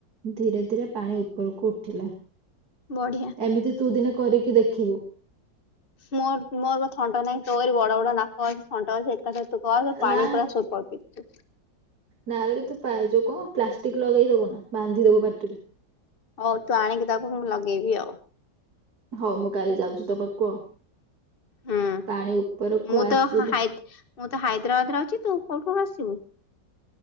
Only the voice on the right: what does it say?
ଧୀରେ ଧୀରେ ପାଣି ଉପରକୁ ଉଠିଲା।
ଏମିତି ତୁ ଦିନ କରିକି ଦେଖିବୁ।
ନା
ନହେଲେ ବି ତୁ ପାଇଚୁ କଣ ପ୍ଲାଷ୍ଟିକ ଲଗେଇ ଦବୁ ନା ବାନ୍ଧି ଦବୁ ପାଟିରେ।
ହଁ ମୁଁ କାଲି ଯାଉଛି ତ ପାଖକୁ ଆଉ
ପାଣି ଉପରକୁ
ଆସିଯିବ।